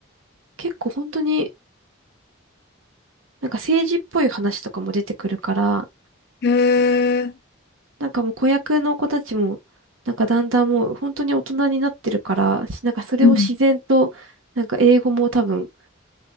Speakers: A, on the right (about 75°); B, on the left (about 50°).
A: 結構本当になんか政治っぽい話とかも出てくるから、
B: へえ。
A: なんかもう子役の子たちも、なんかだんだんもう本当に大人になってるから、しなんかそれを自然と、
B: うん
A: なんか英語も多分